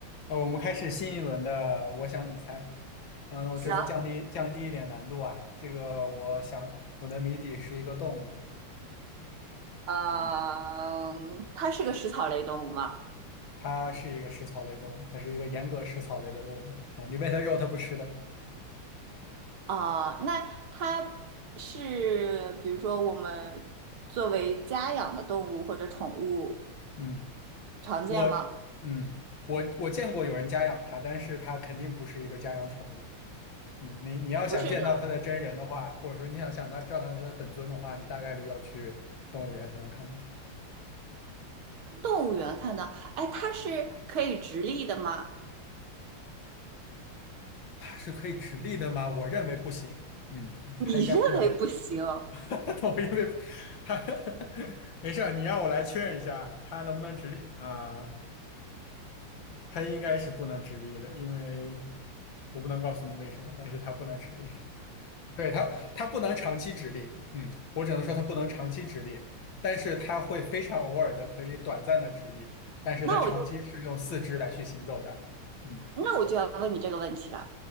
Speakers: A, on the left (about 60°); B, on the right (about 70°).
A: 呃，我们开始新一轮的“我想你猜”。嗯，那我这次降低降低一点难度啊。
B: 行，
A: 这个我想我的谜底是一个动物，
B: 呃，
A: 嗯，
B: 它是个食草类动物吗？
A: 它是一个食草类动物，它是一个严格食草类的动物啊。你喂它肉，它不吃的。
B: 啊、那它是，比如说我们作为家养的动物或者宠物
A: 嗯，
B: 常见吗？
A: 我嗯我我见过有人家养它，但是它肯定不是一个家养宠物。嗯，你你要想见到它的真人的话，
B: 不是有
A: 或者说你想想它知道它它的本尊的话，你大概率要去动物园才能看到。
B: 动物园看到，哎，它是可以直立的吗？
A: 它是可以直立的吗？我认为不行。嗯，
B: 你认为不行，
A: 它应该不能直，<laughs>
B: 啊？
A: 我认为它 <laughs> 没事儿，你让我来确认一下，它能不能直立啊？它应该是不能直立的，因为我不能告诉你为什么，但是它不能直立。对，它，它不能长期直立。嗯，我只能说它不能长期直立，但是它会非常偶尔的可以短暂的直立，但是它长期是用四肢来去行走的。
B: 那我就
A: 嗯
B: 那我就要问你这个问题了。